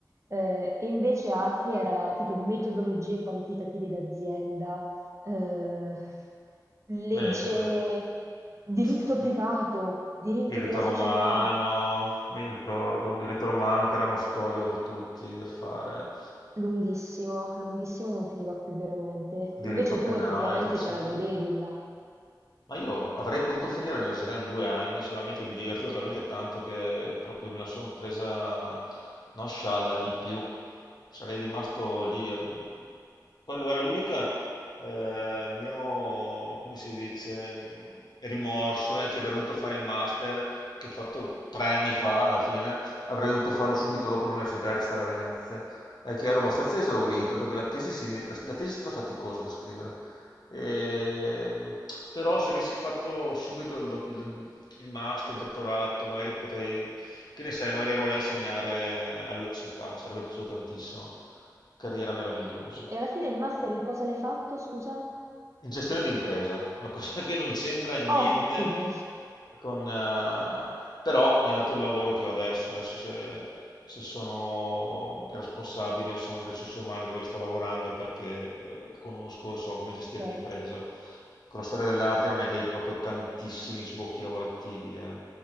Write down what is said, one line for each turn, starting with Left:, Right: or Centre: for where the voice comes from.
Right: eh, e invece altri era tipo metodologie quantitative d'azienda, eh, legge,
Left: Beh, compa-
Right: diritto
Left: st-
Right: privato, diritto
Left: diritto
Right: della società.
Left: romano, mi ricordo, diritto romano che era uno scoglio per tutti da fare,
Right: Lunghissimo, lunghissimo non finiva più veramente.
Left: diritto
Right: Invece
Left: penale,
Right: tu effettivamente
Left: diritto civile.
Right: te la godevi là.
Left: Ma io avrei potuto finire l'università in due anni, solamente che mi divertivo talmente tanto che proprio me la sono presa non scialla di più. Sarei rimasto lì. ehm. Quello era l'unica eh, mio, come si dice, mh, rimorso è che avrei dovuto fare il master che ho fatto tre anni fa, alla fine, avrei dovuto farlo subito dopo l'università e restare a Venezia. È che ero abbastanza esaurito perché la tesi, si- la tesi è stata faticosa da scrivere. Ehm, però se avessi fatto subito il, do- il- il master, il dottorato, magari potrei, che ne sai, magari ero là a insegnare all'università, mi sarebbe piaciuto tantissimo. Carriera meravigliosa
Right: E alla fine il master in cosa l'hai fatto, scusa?
Left: in gestione di impresa, una <laughs> cosa che non c'entra niente
Right: Ottimo!
Left: con... eh, però mi ha dato il lavoro che ho adesso, adesso se, se sono responsabile insomma, delle risorse umane dove sto lavorando è perché eh, conosco e so come gestire
Right: <laughs> Certo.
Left: un'impresa. Con la storia dell'arte non è che hai proprio tantissimi sbocchi lavorativi, eh.